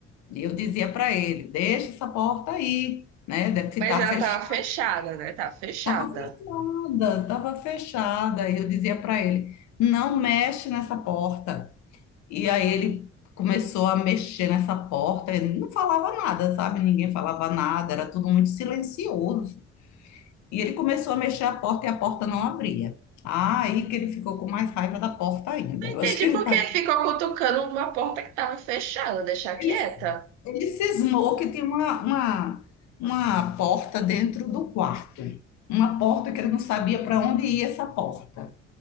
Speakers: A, on the left; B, on the right.
A: E eu dizia para ele: "Deixa essa porta aí, né? Deve se
B: mas
A: tá
B: ela
A: fechada.
B: tava fechada, né? Tava fechada.
A: Tava fechada, tava fechada". E eu dizia para ele: "Não mexe nessa porta". E aí ele começou a mexer nessa porta, ele não falava nada, sabe? Ninguém falava nada, era tudo muito silencioso. E ele começou a mexer a porta e a porta não abria. Aí que ele ficou com mais raiva da porta ainda. Eu
B: Entendi
A: acho que ele,
B: por
A: tá-
B: que ficou cutucando uma porta que estava fechada, deixar
A: ele,
B: quieta.
A: ele cismou que tinha uma, uma, uma porta dentro do quarto. Uma porta que ele não sabia para onde ia essa porta.